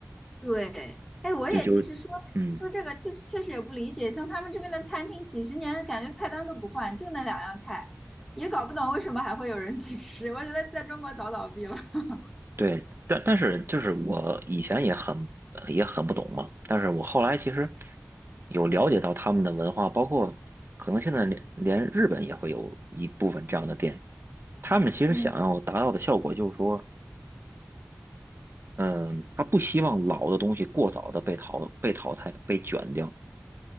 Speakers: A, in the centre; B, on the right.
A: 对，哎，我也其实说说这个，
B: 就就嗯。
A: 确实确实也不理解，像他们这边的餐厅几十年感觉菜单都不换，就那两样菜，也搞不懂为什么还会有人去吃。我觉得在中国早倒闭了。<laughs>
B: 对，但但是就是我以前也很呃也很不懂嘛，但是我后来其实有了解到他们的文化，包括可能现在连连日本也会有一部分这样的店，他们其实想要达到的效果就是说，
A: 嗯
B: 嗯，他不希望老的东西过早的被淘被淘汰被卷掉，